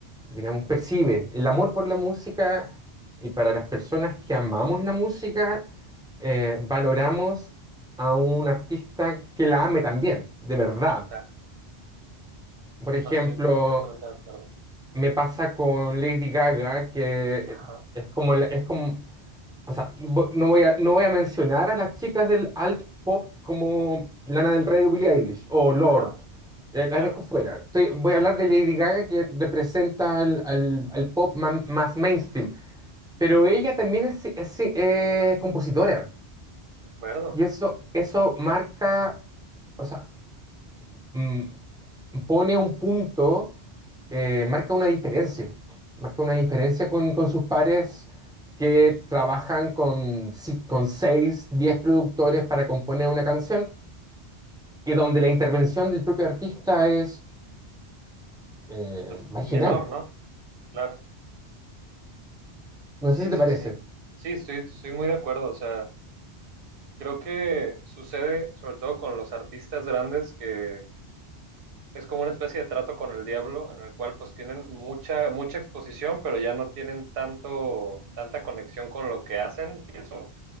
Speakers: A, in the centre; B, on the right (about 60°).
A: digamos, percibe. El amor por la música y para las personas que amamos la música, eh, valoramos a un artista que la ame también, de verdad.
B: exacto.
A: Por ejemplo,
B: No, estoy completamente de acuerdo.
A: me pasa con Lady Gaga, que
B: Ajá,
A: es como, el- es como, o sea, vo- no voy a, no voy a mencionar a las chicas del alt pop como Lana del Rey o Billie Eilish o Lord,
B: ajá,
A: eh, las
B: claro,
A: dejo fuera. Estoy- voy a hablar de Lady Gaga que representa al, al- al pop man- más mainstream, pero ella también es, es, eh, compositora
B: de acuerdo.
A: y eso, eso marca, o sea, mm, pone un punto, eh, marca una diferencia, marca una diferencia con, con sus pares que trabajan con, si- con 6, 10 productores para componer una canción y donde la intervención del propio artista es eh,
B: Pues
A: marginal.
B: menor, ¿no? Claro,
A: No
B: sí,
A: sé si
B: sí,
A: te parece.
B: sí. Sí, estoy, estoy muy de acuerdo. O sea, creo que sucede sobre todo con los artistas grandes que, es como una especie de trato con el diablo en el cual pues tienen mucha, mucha exposición, pero ya no tienen tanto, tanta conexión con lo que hacen y eso